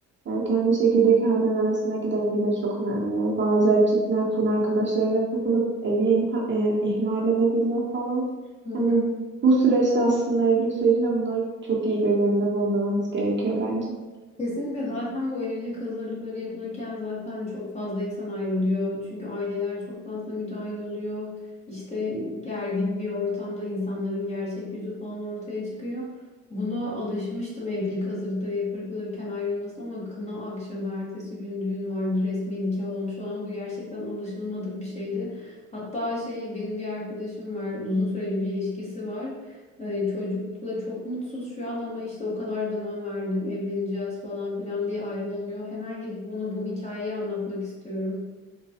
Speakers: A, on the right (about 40°); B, on the left (about 20°).
A: e, kendi çekirdek ailen arasındaki denge de çok önemli. Bazı erkekler full arkadaşlarıyla takılıp evi imha- e, ihmal edebiliyor falan.
B: evet.
A: Yani bu süreçte aslında evlilik sürecinde bunları çok iyi göz önünde bulundurmamız gerekiyor bence.
B: Kesinlikle zaten bu evlilik hazırlıkları yapılırken zaten çok fazla insan ayrılıyor. Çünkü aileler çok fazla müdahil oluyor. İşte gergin bir ortamda insanların gerçek yüzü falan ortaya çıkıyor. Buna alışmıştım evlilik hazırlıkları yapılırken ayrılmasına ama kına akşamı ertesi gün düğün vardı resmi nikah olmuş olan bu gerçekten alışılmadık bir şeydi. Hatta şey benim bir arkadaşım var uzun süreli bir ilişkisi var. Ee, çocukla çok mutsuz şu an ama işte o kadar zaman verdim evleneceğiz falan filan diye ayrılamıyor. Hemen gidip ona bu hikayeyi anlatmak istiyorum.